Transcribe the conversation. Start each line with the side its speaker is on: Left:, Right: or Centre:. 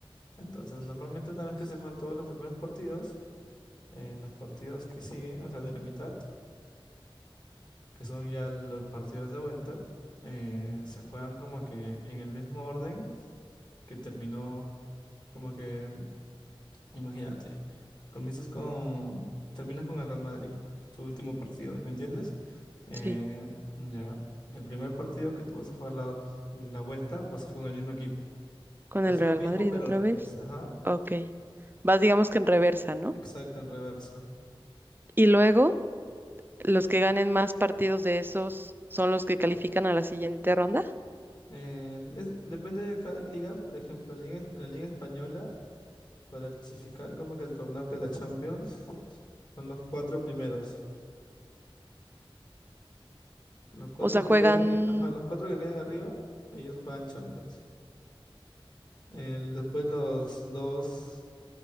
Left: Entonces, normalmente una vez que se juegan todos los primeros partidos, eh, los partidos que siguen, o sea, de la mitad, que son ya los partidos de vuelta, eh, se juegan como que en el mismo orden que terminó, como que Imagínate, comienzas con, terminas con el Real Madrid, tu último partido, ¿me entiendes? Eh,
Right: Sí,
Left: ya, el primer partido que tú vas a jugar la, ot- la vuelta va a ser con el mismo equipo.
Right: con
Left: Va
Right: el
Left: a ser
Right: Real
Left: lo mismo,
Right: Madrid
Left: pero
Right: otra
Left: al revés,
Right: vez.
Left: ajá,
Right: Ok. Vas, digamos que en reversa, ¿no?
Left: exacto, en reversa.
Right: Y luego, los que ganen más partidos de esos son los que califican a la siguiente ronda.
Left: Eh, es- depende de cada liga, por ejemplo, en, la liga, en la Liga Española, para clasificar como que el torneo que es la Champions, son los cuatro primeros. Los cuatro
Right: O sea,
Left: que
Right: juegan.
Left: queden, eh, ajá, los cuatro que queden arriba, ellos juegan Champions. El, después los dos,